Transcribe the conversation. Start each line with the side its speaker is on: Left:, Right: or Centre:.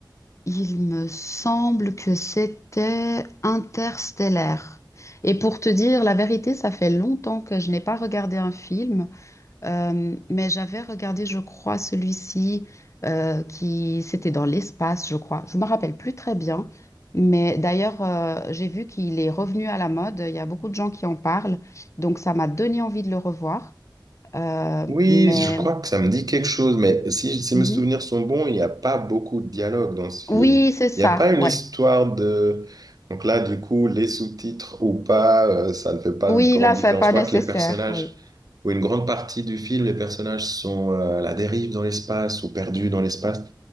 Left: il me semble que c'était Interstellaire. Et pour te dire la vérité, ça fait longtemps que je n'ai pas regardé un film. Euh, mais j'avais regardé, je crois, celui-ci euh, qui c'était dans l'espace, je crois. Je me rappelle plus très bien, mais d'ailleurs euh, j'ai vu qu'il est revenu à la mode. Il y a beaucoup de gens qui en parlent, donc ça m'a donné envie de le revoir. Euh,
Right: Oui,
Left: mais
Right: je crois que ça me dit quelque chose, mais si, si
Left: Mhm.
Right: mes souvenirs sont bons, il n'y a pas beaucoup de dialogue dans ce film.
Left: oui, c'est ça.
Right: Il n'y a pas une
Left: Ouais.
Right: histoire de... Donc là, du coup, les sous-titres ou pas, euh, ça ne fait pas
Left: Oui,
Right: de grande
Left: là, c'est
Right: différence.
Left: pas
Right: Je crois
Left: nécessaire.
Right: que les personnages,
Left: Oui,
Right: ou une grande partie du film, les personnages sont euh, à la dérive dans l'espace ou perdus dans l'espace.